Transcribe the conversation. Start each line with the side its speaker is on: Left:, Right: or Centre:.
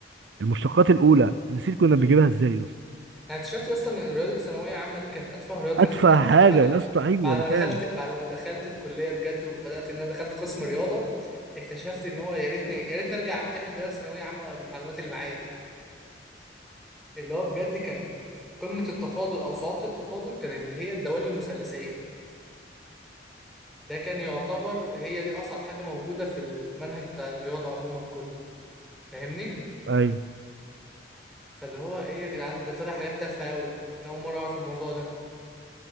Right: المشتقات الاولى نسيت كنا بنجيبها ازاي يا اسطى
Centre: انا اكتشفت اصلا ان رياضه ثانويه عامه دي كانت اتفه رياضه
Right: ادفع
Centre: انا خدتها في
Right: حاجه
Centre: حياتي بعد
Right: يا اسطى ايوه
Centre: بعد
Right: ده
Centre: ما
Right: فعلا
Centre: دخلت بعد ما دخلت الكليه بجد وبدات ان انا دخلت قسم رياضه اكتشفت ان هو يا ريتني يا ريتني ارجع امتحن دلوقتي ثانويه عامه بالمعلومات اللي معايا دي اللي هو بجد كان قمه التفاضل او صعوبه التفاضل كان اللي هي الدوال المثلثيه ده كان يعتبر هي دي اصعب حاجه موجوده في المنهج بتاع الرياضه عموما كله فاهمني
Right: ايوه
Centre: فاللي هو ايه يا جدعان ده طلع حاجات تافهه قوي انا اول مره اعرف الموضوع ده